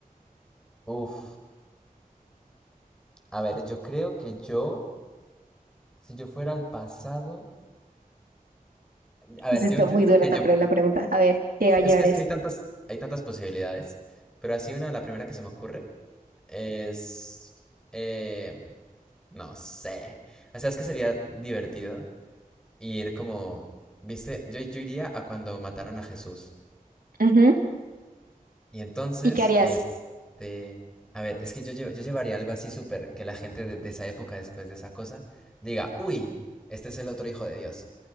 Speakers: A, in the centre; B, on the right.
A: Uf. A ver, yo creo que yo, si yo fuera al pasado, a
B: Sí,
A: ver,
B: Está
A: yo, yo
B: muy
A: digo
B: dura
A: que
B: esta
A: yo,
B: pre- la pregunta. A ver, ¿qué
A: es
B: va a llevar
A: que, es
B: eso?
A: que hay tantas, hay tantas posibilidades, pero así una, la primera que se me ocurre es, eh, no sé. O sea, es que sería divertido ir como, viste, yo, yo iría a cuando mataron a Jesús.
B: Ujú.
A: Y entonces,
B: ¿Y qué harías?
A: este, a ver, es que yo, lle- yo llevaría algo así súper, que la gente de, de esa época, después de esa cosa, diga, uy, este es el otro hijo de Dios.